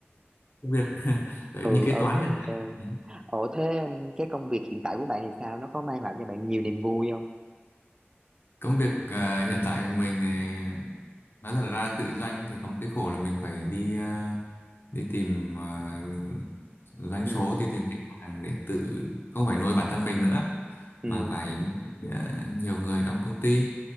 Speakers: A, on the left; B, on the right.
A: ờ, việc <laughs>
B: Ừ
A: như kế
B: ok.
A: toán chẳng hạn Đấy.
B: Ủa thế um, cái công việc hiện tại của bạn thì sao? Nó có mang lại cho bạn nhiều niềm vui không?
A: công việc ờ, hiện tại của mình thì nói thật ra tự doanh thì có một cái khổ là mình phải đi ờ, đi tìm ờ, doanh
B: Ừ,
A: số đi tìm khách hàng để tự không phải nuôi bản thân mình nữa
B: ừ,
A: mà Ừ. phải nuôi ờ, nhiều người trong công ty